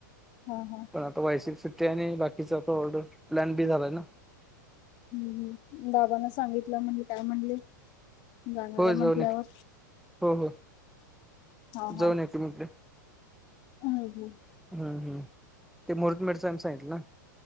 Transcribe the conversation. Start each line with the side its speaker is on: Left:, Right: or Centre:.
Left: हा, हा
Centre: पण आता वायसिप सुट्टी आहे आणि बाकीच आता ऑर्डर प्लन बी झालाय ना
Left: हम बाबाना सांगितलं म्हणजे काय म्हणले? जाणार
Centre: हो
Left: आहे म्हटल्यावर
Centre: जाऊन एक हो हो
Left: हा, हा
Centre: जाऊन एक म्हटले
Left: हम, हम
Centre: हम, हम ते मुहूर्तमेढ च हाय म्हणून सांगितल ना?